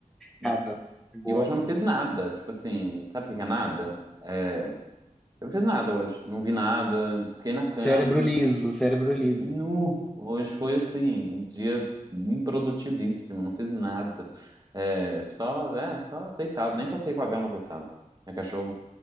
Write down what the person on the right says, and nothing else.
Não.
E hoje eu não fiz nada, tipo assim, sabe o que que é nada? É, Eu não fiz nada hoje, não vi nada, fiquei na cama,
nu. Hoje foi assim, um dia improdutivíssimo, não fiz nada. É, só, é, só deitado, nem passei com a Velma, coitada, minha cachorra.